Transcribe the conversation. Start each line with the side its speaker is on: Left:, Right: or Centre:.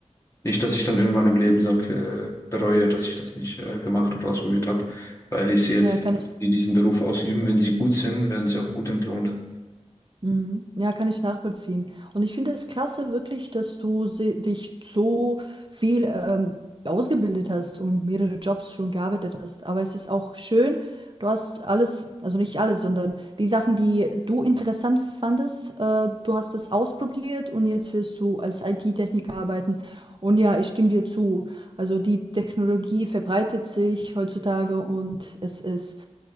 Left: Nicht, dass ich dann irgendwann im Leben sage, äh, bereue, dass ich das nicht äh, gemacht oder ausprobiert habe, weil ich sehe
Right: Ja,
Left: jetzt,
Right: kann
Left: die
Right: ich.
Left: Leute, die diesen Beruf ausüben, wenn sie gut sind, werden sie auch gut entlohnt.
Right: Mhm. Ja, kann ich nachvollziehen. Und ich finde es klasse wirklich, dass du se- dich so viel ähm, ausgebildet hast und mehrere Jobs schon gearbeitet hast. Aber es ist auch schön, du hast alles, also nicht alles, sondern die Sachen, die du interessant fandest, äh, du hast das ausprobiert und jetzt wirst du als IT-Techniker arbeiten. Und ja, ich stimme dir zu. Also die Technologie verbreitet sich heutzutage und es ist